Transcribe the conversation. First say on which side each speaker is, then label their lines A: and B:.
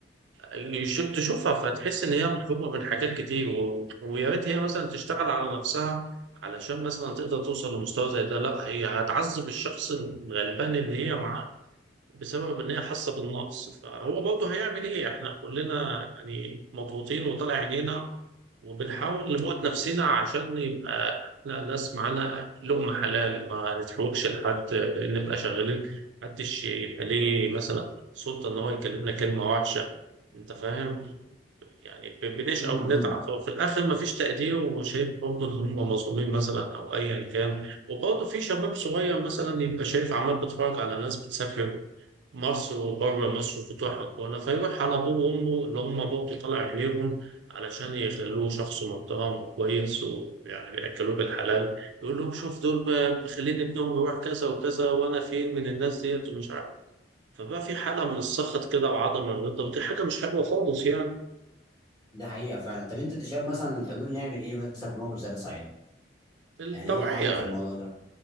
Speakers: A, on the right; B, on the left.
A: يشوف تشوفها فتحس ان هي مطلوبه من حاجات كتير و... ويا ريت هي مثلا تشتغل على نفسها علشان مثلا تقدر توصل لمستوى زي ده لا هي هتعذب الشخص الغلبان اللي هي معاه بسبب ان هي حاسه بالنقص فهو برضه هيعمل ايه احنا كلنا يعني مضغوطين وطالع عينينا وبنحاول نموت نفسنا عشان يبقى احنا ناس معانا لقمه حلال ما نتحوجش لحد نبقى شغالين محدش يبقى ليه مثلا سلطه ان هو يكلمنا كلمه وحشه انت فاهم يعني ب- بنشقى
B: امم
A: وبنتعب وفي الاخر مفيش تقدير وشايف برضه ان هم مظلومين مثلا او ايا كان وبرضه في شباب صغير مثلا يبقى شايف عمال بيتفرج على ناس بتسافر مصر وبره مصر وبتروح هنا فيروح على ابوه وامه اللي هم برضه طالع عينيهم علشان يخلوه شخص محترم وكويس ويعني بياكلوه بالحلال يقول لهم شوف دول ب- مخلين ابنهم يروح كذا وكذا وانا فين من الناس ديت ومش عارف فبقى في حاله من السخط كده وعدم الرضا ودي حاجه مش حلوه خالص يعني
B: ده حقيقه فعلا طب انت أنت شايف مثلا الحلول نعمل ايه مثلا في موقف زي ده صحيح
A: التوعيه
B: يعني ايه الحل في الموضوع ده